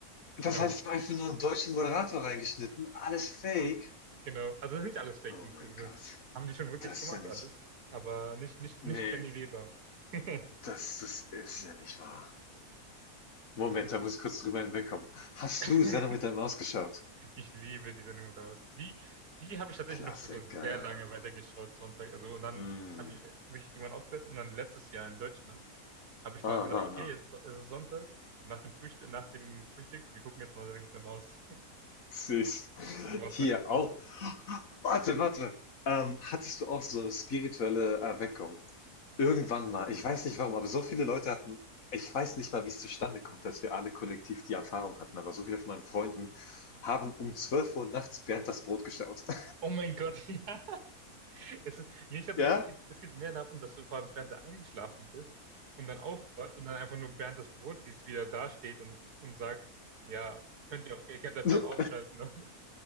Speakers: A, on the left; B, on the right.
A: Das
B: Genau,
A: heißt, einfach nur einen deutschen Moderator reingeschnitten. Alles fake.
B: genau. Also nicht alles Fake
A: Oh
B: News.
A: mein
B: Also,
A: Gott.
B: haben die schon wirklich
A: Das
B: gemacht
A: ist ja nicht.
B: alles, aber nicht, nicht,
A: Nee,
B: nicht Benny Weber. <laughs>
A: das, das ist ja nicht wahr. Moment,
B: Tut mir
A: da muss ich kurz drüber hinwegkommen. Hast
B: leid.
A: du Sarah
B: <laughs>
A: mit der Maus geschaut?
B: Ich liebe die Sendung Moderaus. Die, die habe ich tatsächlich
A: Klassiker.
B: noch sogar sehr lange weitergeschaut, Sonntag. Also, und dann
A: Hm.
B: habe ich, äh, hab ich irgendwann aufgehört und dann letztes Jahr in Deutschland habe ich mal
A: Aha.
B: gesagt, okay, so- es ist Sonntag, nach dem Frühstück, nach dem Frühstück, wir gucken jetzt mal Sendung mit der Maus.
A: Süß.
B: <laughs> Eine Maus-Tradition.
A: Hier auch. Warte, warte. Ähm, hattest du auch so eine spirituelle Erweckung? Irgendwann mal. Ich weiß nicht warum, aber so viele Leute hatten, ich weiß nicht mal, wie es zustande kommt, dass wir alle kollektiv die Erfahrung hatten, aber so viele von meinen Freunden haben um 12 Uhr nachts Bernd das Brot gestaut. <laughs>
B: Oh mein Gott, <laughs> ja. Es ist, nee, ich glaube,
A: Ja?
B: es, geht- es geht mehr darum, dass du vor dem Fernseher eingeschlafen bist und dann aufwachst und dann einfach nur Bernd das Brot siehst, wie er da steht und, und sagt, ja, könnt ihr, auch- ihr könnt jetzt
A: Und
B: auch ausschalten. <laughs> Und,